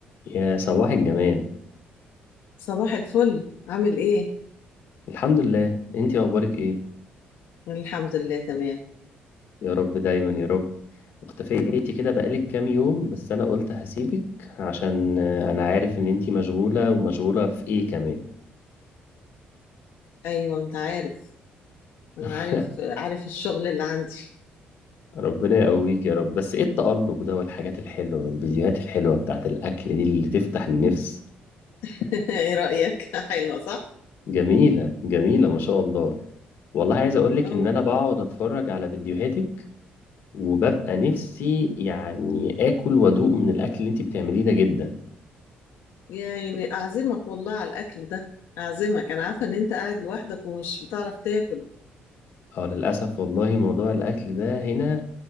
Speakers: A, on the left; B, on the left.
A: يا صباح الجمال
B: صباح الفل عامل ايه؟
A: الحمد لله انتي اخبارك ايه
B: يعني الحمد لله تمام
A: يا رب دايما يا رب مختفية بقيتي كده بقالك كام يوم بس انا قلت هسيبك عشان آه، انا عارف ان انتي مشغولة ومشغولة في ايه كمان
B: ايوه انت عارف انا
A: <laughs>
B: عارف عارف الشغل اللي عندي
A: ربنا يقويك يا رب بس ايه التألق ده والحاجات الحلوة والفيديوهات الحلوة بتاعت الأكل دي اللي تفتح النفس
B: <laughs> ايه رأيك؟ حلوة صح؟
A: جميلة جميلة ما شاء الله والله عايز أقولك
B: او
A: إن أنا بقعد أتفرج على فيديوهاتك وببقى نفسي يعني آكل وأدوق من الأكل اللي أنت بتعمليه ده جدا
B: يعني اعزمك والله على الاكل ده اعزمك انا عارفة ان انت قاعد لوحدك ومش بتعرف تاكل
A: اه للأسف والله موضوع الأكل ده هنا